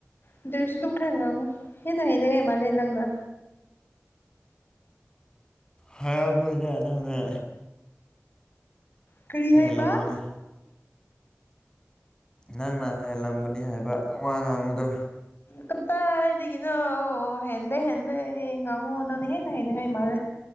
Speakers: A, on the left (about 45°); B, on the left (about 15°).
A: ꯑꯗꯨ ꯑꯣꯏꯔꯁꯨ ꯗꯨꯝ ꯈ꯭ꯔ ꯉꯤꯡꯑꯣ ꯍꯦꯟꯅ ꯍꯩꯅꯤꯉꯥꯢ ꯃꯜꯂꯦ ꯅꯪꯅ
B: ꯍꯕꯨꯗ ꯅꯪꯅ
A: ꯀꯔꯤ ꯍꯥꯏꯕ
B: ꯍꯦꯜꯂꯝꯒꯅꯤ ꯅꯪꯅ ꯍꯜꯂꯝꯒꯅꯤ ꯍꯥꯏꯕ ꯋꯥ ꯉꯥꯡꯕꯗꯣ
A: ꯀꯗꯥꯥꯏꯗꯒꯤꯅꯣ ꯍꯦꯟꯗꯦ ꯍꯦꯟꯗꯦ ꯉꯥꯡꯉꯣ ꯅꯪꯅ ꯍꯦꯟꯅ ꯍꯦꯅꯤꯡꯉꯥꯏ ꯃꯥꯜꯂꯦ